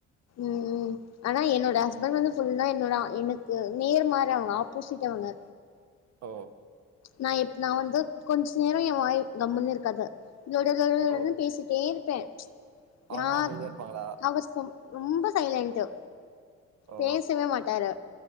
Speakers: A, on the left (about 60°); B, on the right (about 65°).
A: ம் ஆனா என்னோட ஹஸ்பண்ட் வந்து ஃபுல்லா என்னோட எனக்கு நேர் மார் அவுங்க ஆப்போசிட் அவுங்க
B: ஓ
A: நா இப் நா வந்து கொஞ்ச நேரோ ஏ வாய் கம்முன்னு இருக்காது லொட லொட லொடனு
B: ஓ
A: பேசிட்டே இருப்பே
B: அவங்க
A: யார்
B: அமைதியா இருப்பாங்களா
A: அவசம் ரொம்ப சைலன்டு
B: ஓ
A: பேசவே மாட்டாரு